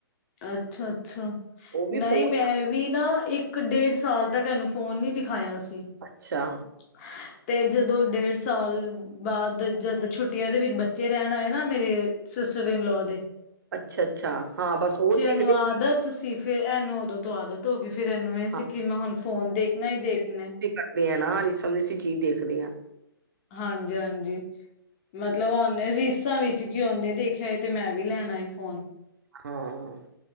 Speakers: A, on the left; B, on the right.
A: ਅੱਛਾ-ਅੱਛਾ
B: ਉਹ ਵੀ
A: ਨਈ
B: ਫੋਨ
A: ਮੈਂ ਵੀ ਨਾ ਇੱਕ ਡੇਢ ਸਾਲ ਤੱਕ ਇਹਨੂੰ ਫੋਨ ਨੀ ਦਿਖਾਇਆ ਸੀ।
B: ਅੱਛਾ
A: <inaudible> ਤੇ ਜਦੋਂ ਡੇਢ ਸਾਲ ਬਾਦ ਜਦ ਛੁੱਟੀਆਂ ਦੇ ਵਿੱਚ ਬੱਚੇ ਰਹਿਣ ਆਏ ਨਾ ਮੇਰੇ ਸਿਸਟਰ ਇਨ ਲੋ ਦੇ।
B: ਅੱਛਾ-ਅੱਛਾ ਹਾਂ ਬਸ ਉਹ
A: ਚਿਆਂ
B: ਦੇਖਦੇ
A: ਨੂੰ ਆਦਤ
B: ਹੋ
A: ਸੀ ਫਿਰ ਇਹਨੂੰ ਉਦੋਂ ਤੋਂ ਆਦਤ ਹੋ ਗੀ ਫਿਰ ਇਹਨੂੰ ਇਹ
B: ਹਾਂ
A: ਸੀ ਕਿ ਮੈਂ ਹੁਣ ਫੋਨ ਦੇਖਣਾ ਹੀ ਦੇਖਣਾ।
B: ਕਰਦੇ ਆ ਨਾ <unintelligible> ਅਸੀਂ ਚੀਜ਼ ਦੇਖਦੇ ਹਾਂ।
A: ਹਾਂਜੀ-ਹਾਂਜੀ ਮਤਲਬ ਓਨੇ ਰਿਸਾਂ ਵਿੱਚ ਕੀ ਉਹਨੇ ਦੇਖ ਖਿਆ ਏ ਤੇ ਮੈਂ ਵੀ ਲੈਨਾ ਏ ਫੋਨ।
B: ਹਾਂ